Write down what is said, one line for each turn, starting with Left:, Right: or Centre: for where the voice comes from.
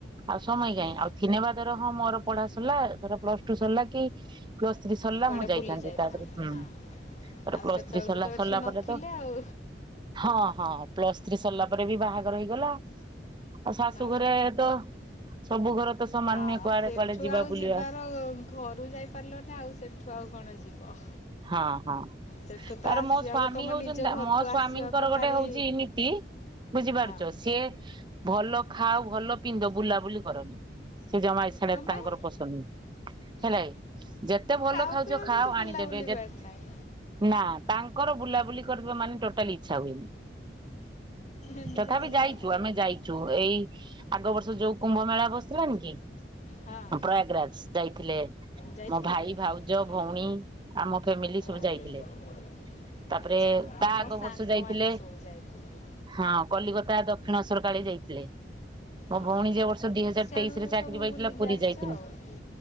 Right: ଆଉ ସମୟ
Left: ହୁଁ
Right: କାହିଁ, ଆଉ ଥିନେବା ଧର ହଁ ମୋର ପଢା ସରିଲା ଧର ପ୍ଲସ ଟୁ ସରିଲା କି ପ୍ଲ ଥ୍ରୀ ସରିଲା
Left: କୁଆଡ଼େ
Right: ମୁଁ ଯାଇ
Left: ବୁଲି
Right: ଥାନ୍ତି,
Left: ଯାଇଥାନ୍ତେ
Right: ତାପରେ ହୁଁ
Left: ହଁ
Right: ତାପରେ
Left: ଆଉ
Right: ପ୍ଲସ୍
Left: ସେତେବେଳକୁ
Right: ଥ୍ରୀ ସରିଲା,
Left: ତ ଏଠି
Right: ସରିଲା
Left: ନଥିଲେ
Right: ପରେ ତ
Left: ଆଉ।
Right: ହଁ-ହଁ, ପ୍ଲସ୍ ଥ୍ରୀ ସରିଲା ପରେ ବି ବାହାଘର ହେଇଗଲା। ଆଉ ଶାଶୁ
Left: ହଁ
Right: ଘରେ ତ, ସବୁ ଘର ତ ସମାନ
Left: ହଁ
Right: ନୁହେଁ କୁଆଡେ-କୁଆଡେ
Left: ସେଠୁ
Right: ଯିବା
Left: ଆଉ
Right: ବୁଲିବା।
Left: ଯିବାର ଘରୁ ଯାଇପାରିଲନି ନା ଆଉ ସେଠୁ ଆଉ କଣ ଯିବ।
Right: ହଁ-ହଁ। ତାପରେ
Left: ସେଠୁ ତ ଆସିବାକୁ
Right: ମୋ ସ୍ଵାମୀ
Left: ତମ
Right: ହଉଛନ୍ତି
Left: ନିଜ
Right: ନା
Left: ଘରକୁ
Right: ମୋ ସ୍ଵାମୀଙ୍କର
Left: ଆସିବାକୁ ଭାରି
Right: ଗୋଟେ ହଉଛି ନୀତି ବୁଝିପାରୁଛ,
Left: ହଁ
Right: ସିଏ ଭଲ ଖାଅ ଭଲ ପିନ୍ଧ, ବୁଲାବୁଲି କରନି ସେ ଜମା ଇସ୍ ହେରା
Left: କଣ
Right: ତାଙ୍କର
Left: ପାଇଁ
Right: ପସନ୍ଦ ନୁହେଁ, ହେଲେ ଯେତେ ଭଲ
Left: ଖାଅ
Right: ଖାଉଛ
Left: ପିଅ
Right: ଖାଅ
Left: କିନ୍ତୁ
Right: ଆଣି
Left: ବୁଲାବୁଲି
Right: ଦେବେ ଯେତ୍,
Left: କୁଆଡ଼େ ନାହିଁ
Right: ନା ତାଙ୍କର ବୁଲାବୁଲି କରିବା ମାନେ ଟୋଟାଲି ଇଚ୍ଛା ହୁଏନି।
Left: ଏମିତି
Right: ତଥାପି
Left: କଣ
Right: ଯାଇଛୁ
Left: ପାଇଁ
Right: ଆମେ ଯାଇଛୁ ଏଇ ଆଗ ବର୍ଷ ଯୋଉ କୁମ୍ଭ ମେଳା ବସିଲାନି କି?
Left: ହଁ,
Right: ପ୍ରୟାଗରାଜ ଯାଇଥିଲେ
Left: ଯାଇଥିଲ?
Right: ମୋ ଭାଇ ଭାଉଜ
Left: ହଁ।
Right: ଭଉଣୀ ଆମ ଫ୍ୟାମିଲି
Left: ଆଚ୍ଛା,
Right: ସବୁ ଯାଇଥିଲେ ତାପରେ
Left: ଆଉ
Right: ତା
Left: ମୋ
Right: ଆଗ
Left: ସାଙ୍ଗମାନେ
Right: ବର୍ଷ ଯାଇଥିଲେ
Left: ସବୁ ଯାଇଥିଲୁ।
Right: ହଁ କଲିକତା ଦକ୍ଷିଣେଶ୍ୱର କାଳୀ ଯାଇଥିଲେ, ମୋ
Left: ହଁ
Right: ଭଉଣୀ ଯୋଉ ବର୍ଷ ଦି ହଜାର
Left: ସିଆଡ଼ୁ
Right: ତେଇଶିରେ ଚାକିରି
Left: ସବୁ
Right: ପାଇଥିଲା
Left: ବୁଲିକି
Right: ପୁରୀ
Left: ଆସିଛ
Right: ଯାଇଥିନି,
Left: ଆଉ ହୁଁ।